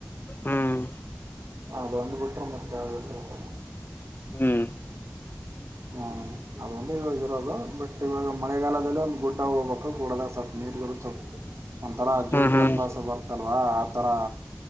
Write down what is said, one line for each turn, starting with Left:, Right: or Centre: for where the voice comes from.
Left: ಹ್ಮ್
Right: ಅದು ಒಂದು ಬಿಟ್ರೆ ಮತ್ತೆ ಯಾವ್ದು ಇಲ್ರಿ ಅದು
Left: ಹ್ಮ್
Right: ಹ್ಮ್ ಅಂದ ಇವರಲ್ಲ ಬಟ್ ಇವಾಗ ಮಳೆಗಾಲದಲ್ಲೂ ಒಂದು ಗುಡ್ಡ ಹೋಗಬೇಕೆ ಗುಡದ ಸ ನೀಟ್ಗಳು ಸ್ವಲ್ ಒಂಥರ ಜೋಗ
Left: ಹ್ಮ್ ಹ್ಮ್
Right: ಜಲಪಾಸ ಬರ್ತಲ್ವಾ ಅರ